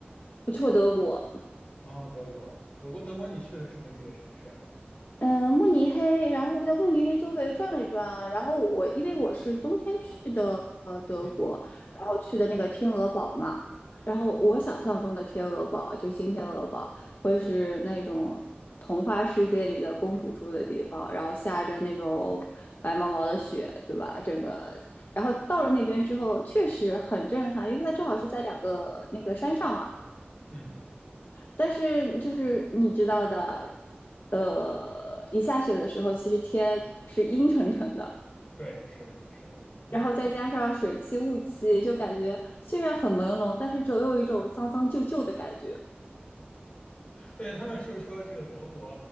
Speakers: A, on the left; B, on the left.
A: 没去过德国。
B: 哦，德国，德国，德国，你去的是哪几个城市啊？
A: 嗯，慕尼黑，然后我在慕尼黑周围转了一转啊，然后我因为我是冬天去的呃德国，
B: 嗯
A: 然后去的那个天鹅堡嘛，然后我想象中的天鹅堡就新天鹅堡会是那种童话世界里的公主住的地方，然后下着那种白毛毛的雪，对吧？整个，然后到了那边之后确实很震撼，因为它正好是在两个那个山上嘛。
B: 嗯，
A: 但是就是你知道的，呃，一下雪的时候，其实天是阴沉沉的，
B: 对，是的，是的，嗯。
A: 然后再加上水汽、雾气，就感觉虽然很朦胧，但是总有一种脏脏旧旧的感觉。
B: 对，他们是说这个德国，